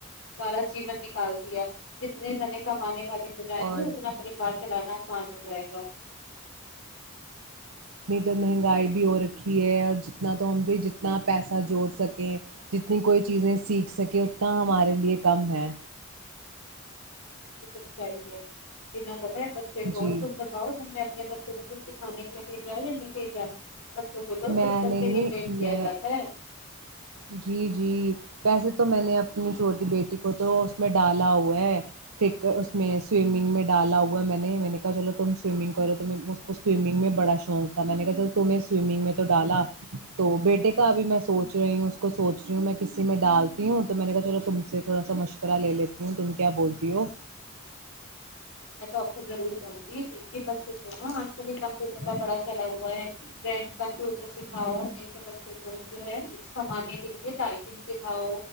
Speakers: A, on the left; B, on the right.
A: سارا جیون نکال دیا جتنے جنے کمانے والے ہو جائیں
B: اور
A: گے اتنا پریوار چلانا آسان ہو جائے گا
B: ادھر مہنگائی بھی ہو رکھی ہے اور جتنا تو ہم بھی جتنا پیسہ جوڑ سکیں جتنی کوئی چیزیں سیکھ سکیں اتنا ہمارے لیے کم ہے
A: سچائی ہے جنا پتا ہے بچے کو
B: جی
A: تم بتاؤ تم نے اپنے بچے کو کچھ سکھانے کے لیے بھیج رہا ہے یا نہیں بھیج رہا ہے بچوں کو تو
B: میں
A: بچپن
B: نے
A: سے
B: نہیں
A: ہی پیٹ کیا
B: میں
A: جاتا ہے
B: جی جی ویسے تو میں نے اپنی چھوٹی بیٹی کو تو اس میں ڈالا ہوا ہے کرک اس میں سوئمنگ میں ڈالا ہوا میں نے میں نے کہا چلو تم سوئمنگ کرو تو میں اس کو سوئمنگ میں بڑا شوق تھا میں نے کہا چ تمیں سوئمنگ میں تو ڈالا تو بیٹے کا ابھی میں سوچ رہی ہوں اس کو سوچ رہی ہوں میں کسی میں ڈالتی ہوں تو میں نے کہا چلو تم سے تھوڑا سا مشورہ لے لیتی ہوں تم کیا بولتی ہو
A: میں تو آپ کو ضرور کہوں گی کہ بچے کو نا آج کل کمپیوٹر کا بڑا چلا ہوا ہے کمپیوٹر سکھاؤ نہیں تو بچے کو جو ہے کمانے کے لیے ٹائپنگ سکھاؤ